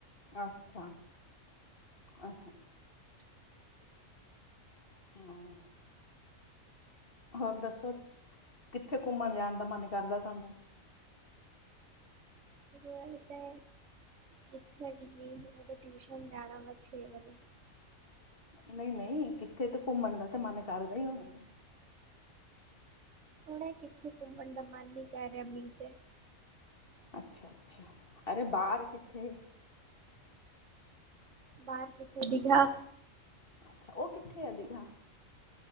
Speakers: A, on the left (about 45°); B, on the right (about 65°).
A: ਅੱਛਾ ਅ ਹੂੰ ਹੋਰ ਦੱਸੋ ਕਿੱਥ ਘੁੰਮਣ ਜਾਣ ਦਾ ਮਨ ਕਰਦਾ ਤੁਹਾਨੂੰ?
B: ਹੋਣ ਤੇ ਕਿੱਥੇ ਬੀਜੀ ਹੁਨ ਤੇ ਟਿਊਸ਼ਨ ਜਾਣਾ ਮੈ ਛੇ ਵਜੇ
A: ਨਹੀਂ ਨਹੀਂ। ਨਈ ਕਿੱਥੇ ਤੇ ਘੁੰਮਣ ਦਾ ਤਾਂ ਮਨ ਕਰਦਾ ਹੀ ਐ ਨਾ।
B: ਹੁਨ ਕਿੱਥੇ ਘੁੰਮਨ ਦਾ ਮਨ ਨੀ ਕਰ ਰਿਹਾ ਮੀਂ 'ਚ।
A: ਅੱਛਾ-ਅੱਛਾ, ਅਰੇ ਬਾਰ ਕਿੱਥੇ?
B: ਬਾਰ ਕਿੱਥੇ ਦਿਗਾ
A: ਅੱਛਾ ਓ ਕਿੱਥੇ ਆ ਦਿਗਾ।